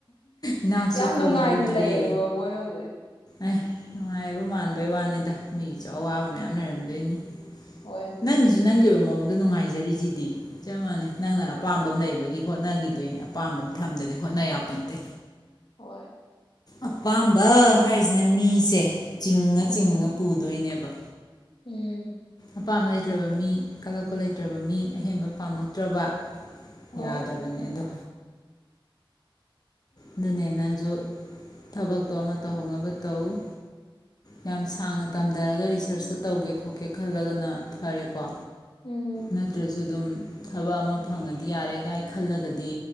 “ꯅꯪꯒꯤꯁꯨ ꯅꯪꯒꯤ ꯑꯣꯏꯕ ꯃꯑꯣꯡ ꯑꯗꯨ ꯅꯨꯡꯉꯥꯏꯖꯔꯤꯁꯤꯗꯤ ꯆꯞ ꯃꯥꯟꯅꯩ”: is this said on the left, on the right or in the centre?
Left